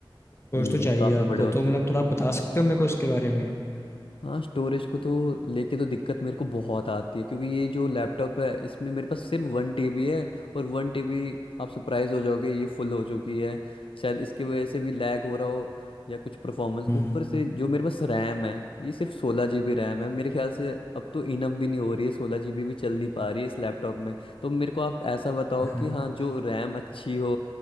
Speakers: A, on the left; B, on the left.
A: कोर्स
B: हम्म
A: तो चाहिए
B: काफी
A: आपको
B: बड़े होते
A: तो मतलब
B: हैं
A: थोड़ा बता सकते हो मेरे को उसके बारे में
B: हाँ स्टोरेज को तो लेके तो दिक्कत मेरे को बहुत आती है क्योंकि ये जो लैपटॉप है इसमें मेरे पास सिर्फ वन टीबी है और वन टीबी आप सरप्राइज हो जाओगे ये फुल हो चुकी है शायद इसकी वजह से भी लैग हो रहा हो या कुछ परफॉर्मेंस
A: हम्म
B: ऊपर से जो मेरे पास रैम है ये सिर्फ सोलह जीबी रैम है मेरे ख्याल से अब तो इनफ भी नहीं हो रही है सोलह जीबी भी चल नहीं पा रही है इस लैपटॉप में तो मेरे को आप ऐसा बताओ
A: <laughs>
B: कि हाँ जो रैम अच्छी हो